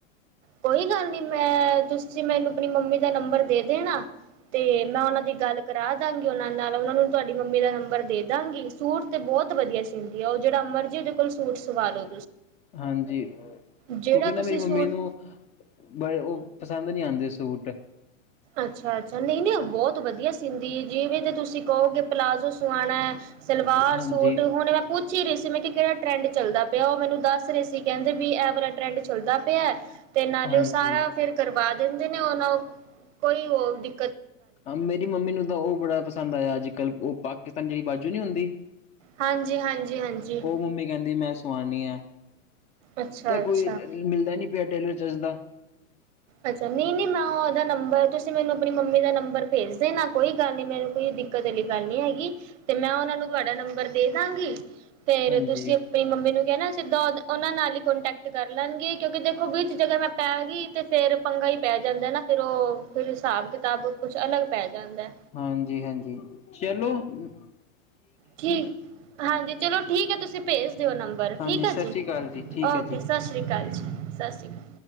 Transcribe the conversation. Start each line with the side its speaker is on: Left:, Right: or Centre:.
Right: ਕੋਈ ਗੱਲ ਨੀ। ਮੈਂ ਤੁਸੀਂ ਮੈਨੂੰ ਆਪਣੀ ਮੰਮੀ ਦਾ ਨੰਬਰ ਦੇ ਦੇਣਾ। ਤੇ ਮੈਂ ਉਹਨਾਂ ਦੀ ਗੱਲ ਕਰਾ। ਦਾਂਗੀ ਉਹਨਾਂ ਨਾਲ ਉਹਨਾਂ ਨੂੰ ਤੁਹਾਡੀ ਮੰਮੀ ਦਾ ਨੰਬਰ ਦੇ ਦਾਂਗੀ ਸੂਟ ਤੇ ਬਹੁਤ ਵਧੀਆ ਸੀਂਦੀ ਆ ਉਹ ਜਿਹੜਾ ਅਮਰ ਜੀ ਉਹਦੇ ਕੋਲ ਸੂਟ ਸਵਾ ਲੋ।
Left: ਹਾਂਜੀ ਕਿਉਂਕਿ
Right: ਜਿਹੜਾ ਤੁਸੀਂ
Left: ਨਾ ਮੇਰੀ ਮੰਮੀ
Right: ਸੂਟ
Left: ਨੂੰ ਬੜੇ ਉਹ ਪਸੰਦ ਨਹੀਂ ਆਦੇ ਸੂਟ
Right: ਅੱਛਾ ਅੱਛਾ ਨਹੀਂ ਨਹੀਂ ਬਹੁਤ ਤੋਂ ਵਧੀਆ ਸਿੰਦੀ ਜਿਵੇਂ ਤੇ ਤੁਸੀਂ ਕਹੋਗੇ ਪਲਾਜ਼ੋ ਸਵਾਣਾ ਸਲਵਾਰ
Left: ਹਾਂਜੀ
Right: ਸੂਟ ਹੁਣ ਮੈਂ ਪੁ ਪੁੱਛ ਹੀ ਰਹੀ ਸੀ ਮੈਂ ਕਿਹਾ ਕਿਹੜਾ ਟਰੈਂਡ ਚੱਲਦਾ ਪਿਆ ਉਹ ਮੈਨੂੰ ਦੱਸ ਰਹੇ ਸੀ ਕਹਿੰਦੇ ਵੀ ਐਵਰਾ ਟਰੈਂਡ ਚੱਲਦਾ ਪਿਆ ਹੈ। ਤੇ ਨਾਲੇ
Left: ਹਾਂਜੀ
Right: ਉਹ ਸਾਰਾ ਫੇਰ ਕਰਵਾ ਦਿੰਦੇ ਨੇ ਉਹ ਨਾ ਕੋਈ ਹੋਰ ਦੀ
Left: ਮੇਰੀ ਮੰਮੀ ਨੂੰ ਤਾਂ ਉਹ ਬੜਾ ਪਸੰਦ ਆਇਆ ਅੱਜ ਕੱਲ੍ਹ ਉਹ ਪਾਕਿਸਤਾਨ ਜਿਹੜੀ ਬਾਜੂ ਨਹੀਂ ਹੁੰਦੀ।
Right: ਹਾਂਜੀ-ਹਾਂਜੀ-ਹਾਂਜੀ
Left: ਉਹ ਮੰਮੀ ਕਹਿੰਦੀ ਮੈਂ ਸਵਾਨੀ ਐ
Right: ਅੱਛਾ-ਅੱਛਾ
Left: ਤੇ ਕੋਈ ਮਿਲਦਾ ਨੀ ਪਿਆ ਟੇਲਰ ਜਿਸਦਾ
Right: ਅੱਛਾ ਨਈ ਨਈ ਮੈਂ ਉਹਦਾ ਨੰ ਨੰਬਰ ਤੁਸੀਂ ਮੈਨੂੰ ਆਪਣੀ ਮੰਮੀ ਦਾ ਨੰਬਰ ਭੇਜਦੇ ਨਾ ਕੋਈ ਗੱਲ ਨੀ ਮੈਨੂੰ ਕੋਈ ਦਿੱਕਤ ਵਾਲੀ ਗੱਲ ਨਹੀਂ ਹੈਗੀ। ਤੇ ਮੈਂ ਉਹਨਾ ਨੂੰ ਤੁਹਾਡਾ ਨੰਬਰ ਦੇ ਦਾਂਗੀ। ਫੇਰ
Left: ਹਾਂਜੀ
Right: ਤੁਸੀਂ ਆਪਣੀ ਮੰਮੀ ਨੂੰ ਕਹਿਣਾ ਸਿੱਧਾ ਉਹਨਾਂ ਨਾਲ ਈ ਕੋਂਟੈਕਟ ਕਰ ਲੈਣਗੇ ਤੁਸੀ ਦੇਖੋ ਬਈ ਜਦੋਂ ਮੈਂ ਪੈ ਗਈ। ਫੇਰ ਪੰਗਾ ਹੀ ਪੈ ਜਾਂਦਾ ਨਾ ਫਿਰ ਉਹ ਫਿਰ ਹਿਸਾਬ ਕਿਤਾਬ ਕੁੱਛ ਅਲੱਗ ਪੈ ਜਾਂਦਾ
Left: ਹਾਂਜੀ-ਹਾਂਜੀ, ਚਲੋ ਹੂੰ,
Right: ਠੀਕ ਹਾਂਜੀ ਚਲੋ ਠੀਕ ਹੈ ਤੁਸੀਂ ਭੇਜ ਦਿਓ ਨੰਬਰ
Left: ਹਾਂਜੀ
Right: ਠੀਕ ਹੈ
Left: ਸਤਿ
Right: ਜੀ
Left: ਸ਼੍ਰੀ ਅਕਾਲ ਠੀਕ
Right: ਓਕੇ
Left: ਹੈ ਜੀ
Right: ਸਸ ਰੀ ਕਾਲ ਜੀ, ਸਸ ਰੀ ਕਾਲ